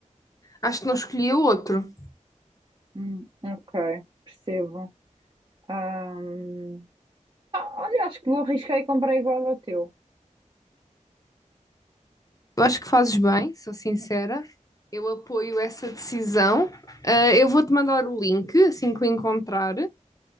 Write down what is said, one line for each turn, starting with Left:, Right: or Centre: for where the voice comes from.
Left: acho que não escolhi o outro.
Right: Hum, ok, percebo. Ahm, ah, olha, acho que vou arriscar e comprar igual ao teu.
Left: Eu acho que fazes bem, sou sincera. Eu apoio essa decisão. Ah, eu vou-te mandar o link assim que o encontrar,